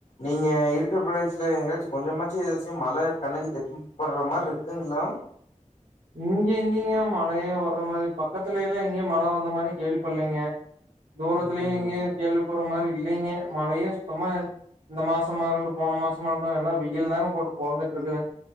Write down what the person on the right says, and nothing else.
இங்க எங்கேங்க மழையே வர்ற மாரி பக்கத்துலல்லா எங்கேயு மழ வந்த மாரி கேள்வி பட்லேங்க
தூரத்துலயு
எங்கயு கேள்விப்படற மாரி இல்லைங்க மழையே சுத்தமா இந்த மாசமா இருக்கட்டு போன மாசமாட்டு எல்லா வெயில் தாங்க போட்டு பொளந்துட்டு இருக்குது